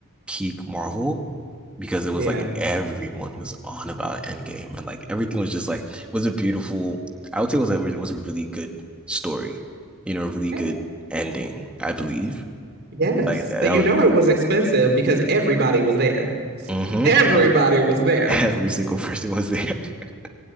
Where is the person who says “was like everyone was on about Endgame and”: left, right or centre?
Centre